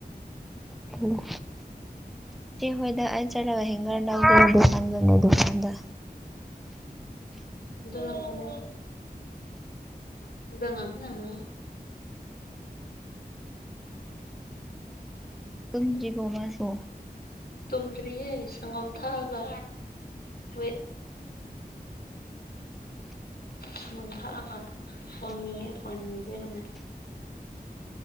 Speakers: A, in the centre; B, on the left (about 65°).
A: ꯎꯝ꯫ ꯍꯣꯏꯗ ꯑꯩꯩꯅ ꯆꯠꯂꯒ ꯍꯤꯡꯒꯔ ꯂꯧꯗꯧꯕꯨ꯫ ꯐꯕ ꯗꯨꯀꯥꯟꯗ꯫
B: ꯅ ꯐ <inaudible> ꯪꯥ <inaudible> ꯎꯝ
A: ꯇꯁꯤꯕꯣꯃꯁꯣ
B: ꯇꯨꯝꯗ꯭ꯔꯤꯌꯦ ꯁꯪꯒꯣꯝ ꯊꯛꯑꯒ ꯋ ꯁꯪꯒꯣꯝ ꯊꯛꯑꯒ ꯐꯣꯟꯅꯤꯌꯦ ꯐꯣꯟꯅꯤꯗꯦꯅ